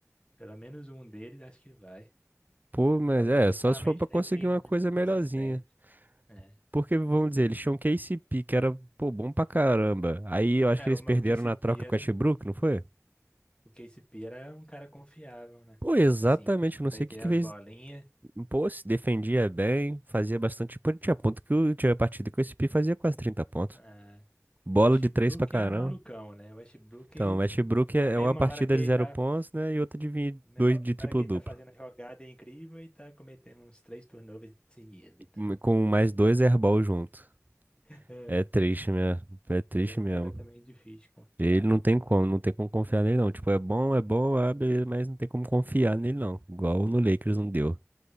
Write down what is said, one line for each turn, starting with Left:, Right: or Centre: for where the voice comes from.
Left: Pelo menos um deles acho que vai.
Right: Pô, mas
Left: Por causa
Right: é,
Left: justamente
Right: só se for pra
Left: desse
Right: conseguir
Left: aí
Right: uma
Left: muito
Right: coisa
Left: inconsistente.
Right: melhorzinha.
Left: É,
Right: Porque, vamos dizer, eles tinham K C p que era, pô, bom pra caramba. Aí eu acho
Left: é
Right: que eles
Left: o, o
Right: perderam
Left: Casey
Right: na
Left: Pira,
Right: troca com o Westbrook, não foi?
Left: o Casey Pira é um cara confiável, né?
Right: Pô, exatamente,
Left: Tipo assim,
Right: eu
Left: ele
Right: não sei
Left: vai ter
Right: o que que
Left: as
Right: fez.
Left: bolinhas.
Right: Pô, se defendia bem, fazia bastante. Pô, tinha ponto que o- tinha partida que o S p fazia quase 30 pontos.
Left: ah,
Right: Bola
Left: o Westbrook
Right: de 3 pra caramba.
Left: é malucão, né? O Westbrook,
Right: Então, o Westbrook é
Left: na mesma
Right: é uma partida
Left: hora que ele
Right: de zero
Left: tá,
Right: pontos, né? E outra de vi-
Left: na mesma
Right: dois de triplo-duplo.
Left: hora que ele tá fazendo a jogada incrível, ele tá cometendo uns três turnovers seguidos. Então.
Right: Hum, Com mais dois airball junto.
Left: <laughs>
Right: É triste, né? É triste
Left: Ele é um
Right: mesmo.
Left: cara também difícil de confiar.
Right: Ele não tem como, não tem como confiar nele não. Tipo, é bom, é bom, ah, beleza, mas não tem como confiar nele não. Igual no Lakers não deu.